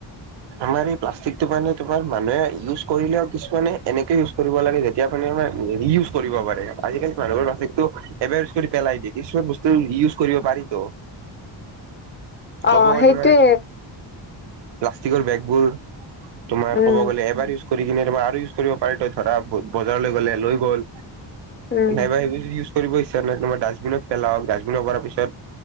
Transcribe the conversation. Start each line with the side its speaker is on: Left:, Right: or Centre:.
Right: তোমাৰ এই প্লাষ্টিকটো মানে তোমাৰ মানুহে ইউজ কৰিলেও কিছুমানে এনেকে ইউজ কৰিব লাগে যেতিয়া ৰিইউজ কৰিব পাৰে আজিকালি মানুহৰ প্লাষ্টিকটো এবাৰ ইউজ কৰি পেলাই দিয়ে কিছুমান বস্তু ৰিইউজ কৰিব পাৰিতো।
Left: আহ
Right: ক'ব গ'লে
Left: সেইটোৱে
Right: তোমাৰ প্লাষ্টিকৰ বেগ বোৰ তোমাৰ
Left: উম
Right: ক'ব গ'লে এবাৰ কৰি কিনে তোমাৰ আৰু ইউজ কৰিব পাৰি ত ধৰা বজাৰলৈ গলে লৈ গ'ল
Left: উম
Right: নাইবা সব য কৰিব ইচ্ছা নাই তোমাৰ ডাষ্টবিনত পেলাওক ডাষ্টবিন পৰা পিছত